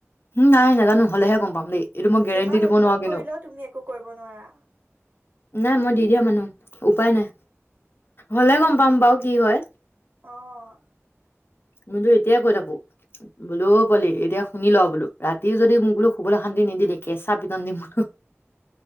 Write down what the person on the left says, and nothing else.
নাই নাজানো হলেহে গম পাম দেই এইটো মই গেৰেণ্টি
দিব
নোৱাৰো কিন্তু।
নাই মই দি দিয়া মানুহ উপায় নাই। হলে গম পাম বাৰু কি হয়।
মইতো এতিয়াই কৈ থাকো। বোলো পোৱালি এতিয়া শুনি ল বোলো ৰাতিও যদি মোক বোলো শুবলৈ শান্তি নিদিলে কেঁচা পিটন দিম বোলো।